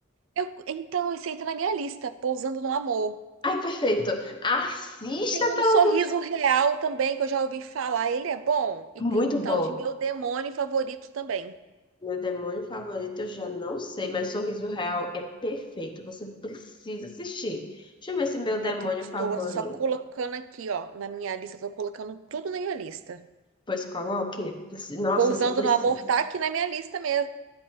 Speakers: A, on the right (about 70°); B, on the left (about 25°).
A: Eu, então, esse aí tá na minha lista, Pousando no Amor.
B: Ai, perfeito. Assista,
A: Tem um
B: pelo
A: Sorriso
B: amor de
A: Real também, que eu já ouvi falar. Ele é bom. E
B: Muito
A: tem o tal
B: bom.
A: de Meu Demônio Favorito também.
B: Meu demônio favorito eu já não sei, mas Sorriso Real é perfeito. Você precisa assistir. Deixa eu ver se meu
A: Mulher,
B: demônio
A: tô,
B: favorito.
A: tô só colocando aqui, ó, na minha lista. Tô colocando tudo na minha lista.
B: Pois coloque. Nossa,
A: Pousando
B: você precisa.
A: no Amor tá aqui na minha lista mesmo.